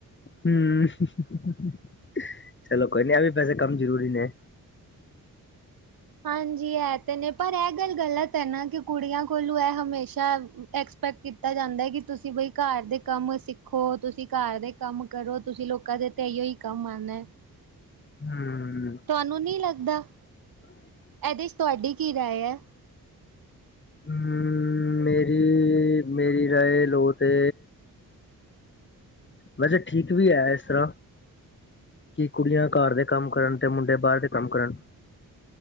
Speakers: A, on the left; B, on the right.
A: ਹਮਮ ਹੁ-ਹੁ-ਹੁ ਚਲੋ ਕੋਈ ਨੀ ਇਹ ਵੀ ਵੈਸੇ ਕੰਮ ਜ਼ਰੂਰੀ ਨੇ।
B: ਹਾਂਜੀ ਇਹ ਤੇ ਨੇ। ਪਰ ਇਹ ਗੱਲ ਗਲਤ ਹੈ ਨਾ ਕਿ ਕੁੜੀਆਂ ਕੋਲੋਂ ਇਹ ਹਮੇਸ਼ਾ ਐਕਸ ਪੈਕਟ ਕੀਤਾ ਜਾਂਦਾ ਕਿ ਤੁਸੀਂ ਬਈ ਘਰ ਦੇ ਕੰਮ ਸਿੱਖੋ, ਤੁਸੀਂ ਘਰ ਦੇ ਕੰਮ ਕਰੋ ਤੁਸੀਂ ਲੋਕਾਂ ਦੇ ਤੇ ਈਓ ਹੀ ਕੰਮ ਆਣਾ ਹੈ।
A: ਹਮਮ
B: ਤੁਹਾਨੂੰ ਨੀ ਲੱਗਦਾ
A: <inaudible>
B: ਇਹਦੇ ਚ ਤੁਹਾਡੀ ਕੀ ਰਾਏ ਹੈ?
A: ਹਮਮ ਮ-ਮੇਰੀ-ਮੇਰੀ ਰਾਏ ਲੋ ਤੇ ਵੈਸੇ ਠੀਕ ਵੀ ਹੈ ਇਸ ਤਰਾਂ। ਕਿ ਕੁੜੀਆਂ ਘਰ ਦੇ ਕੰਮ ਕਰਨ ਤੇ ਮੁੰਡੇ ਬਾਹਰ ਦੇ ਕੰਮ ਕਰਨ।